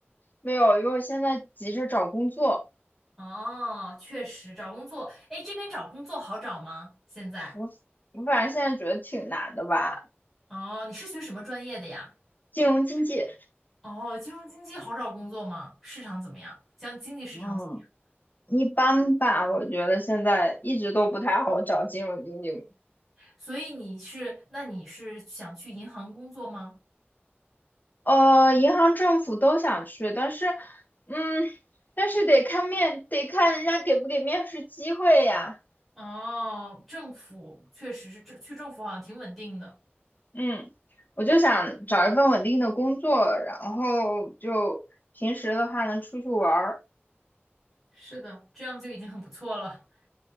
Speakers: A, on the left; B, in the centre.
A: 没有，因为我现在急着找工作，
B: 哦，确实，找工作，哎，这边找工作好找吗？现在？
A: 我我反正现在觉得挺难的吧，
B: 哦，你是学什么专业的呀？
A: 金融经济，
B: 哦，金融经济好找工作吗？市场怎么样？将经济市场怎么样？
A: 嗯，一般吧，我觉得现在一直都不太好找金融经济。
B: 所以你是，那你是想去银行工作吗？
A: 呃，银行、政府都想去，但是，嗯，但是得看面，得看人家给不给面试机会呀。
B: 哦，政府确实是，政去政府好像挺稳定的。
A: 嗯，我就想找一份稳定的工作，然后就平时的话能出去玩儿。
B: 是的，这样就已经很不错了。